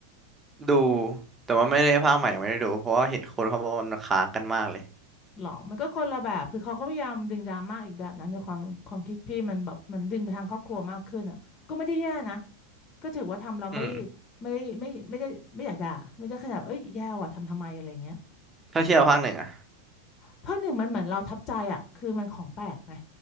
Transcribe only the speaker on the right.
ดูแต่ว่าไม่ได้ภาคใหม่ไม่ได้ดูเพราะว่าเห็นคนเขาบอกว่ามันค้างกันมากเลย
อืม
ถ้าเทียบกับภาคหนึ่งอ่ะ